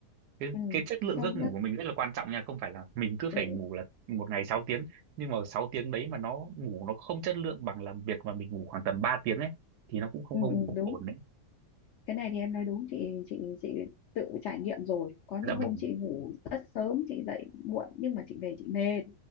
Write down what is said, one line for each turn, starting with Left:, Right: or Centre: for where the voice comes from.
Right: cái,
Left: ừ,
Right: cái chất lượng
Left: sâu
Right: giấc ngủ
Left: giấc
Right: của mình rất là quan trọng nha không phải là mình cứ phải
Left: ừ,
Right: ngủ là một ngày sáu tiếng nhưng mà 6 tiếng đấy mà nó ngủ nó không chất lượng bằng làm việc mà mình ngủ khoảng tầm 3 tiếng ấy thì nó cũng không
Left: ừ,
Right: không
Left: ừ,
Right: không
Left: đúng
Right: ổn đấy
Left: cái này thì em nói đúng chị chị chị tự trải nghiệm rồi có
Right: dạ
Left: những
Right: vâng
Left: hôm chị ngủ rất sớm chị dậy muộn nhưng mà chị về chị mệt